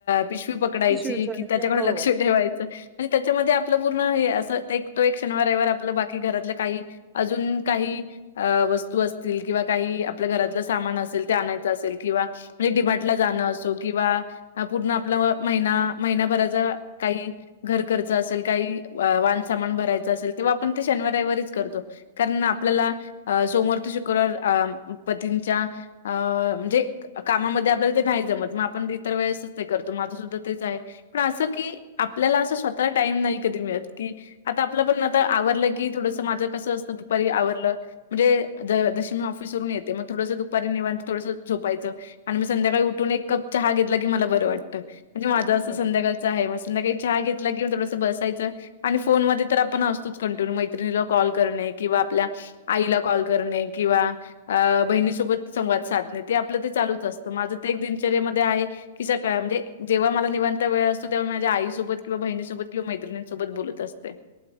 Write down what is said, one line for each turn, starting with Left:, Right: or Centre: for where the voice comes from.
Left: पिशवी प पकडायची,
Right: पिशवी उचलायचे.
Left: कि त्याच्याकडे
Right: हो
Left: लक्ष ठेवायचं. म्हणजे त्याच्यामध्ये आपलं पूर्ण हे असं तो एक शनिवारवार आपलं बाकी घरातलं काही अजून काही अ वस्तू असतील किंवा काही आपल्या घरातलं सामान असेल, ते आणायचं असेल किंवा म्हणजे, डिमार्टला जाणं असो किंवा हा पूर्ण आपला महिना महिनाभराचा काही. घर खर्च असेल काही, वान सामान भरायचं असेल, तेव्हा आपण ते शनिवार रविवारीच करतो. कारण आपल्याला अ सोमवार ते शुक्रवार अ पतींच्या अ म्हणजे. कामामध्ये आपल्याला ते नाही जमत मग आपण इतर वेळेसच ते करतो माझं सुद्धा तेच आहे. पण असं की आपल्याला, असं स्वतःला टाइम नाही कधी मिळत की. आता आपलं पण आता आवरलं की थोडसं माझं कसं असतं दुपारी आवरलं. म्हणजे जशी मी ऑफिसवरून येते, मग थडसं दुपारी निवांत थोडंस झोपायचं. आणि मी संध्याकाळी, उठून एक कप चहा घेतला की मला बरं वाटतं म्हणजे माझं
Right: बरोबर.
Left: असं संध्याकाळ. आहे मग संध्याकाळी चहा घेतला, किंवा थोडसं बसायचं. आणि फोनमध्ये तर आपण असतोच कंटिन्यू मैत्रिणीला कॉल करणे किंवा आपल्या आईला कॉल करणे किंवा बहिणीसोबत संवाद साधणे ते आपल्यात चालूच असतं माझं ते एक दिनचर्यामध्ये आहे कि सकाळ म्हणजे जेव्हा मला निवांत वेळ असतो तेव्हा माझ्या आईसोबत किंवा बहिणीसोबत किंवा मैत्रिंसोबत बोलत असते.